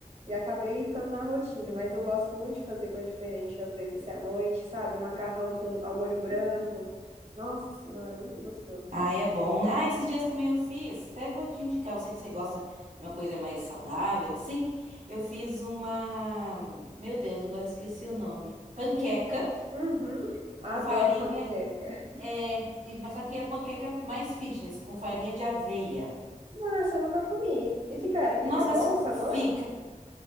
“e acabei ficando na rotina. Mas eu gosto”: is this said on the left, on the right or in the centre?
Right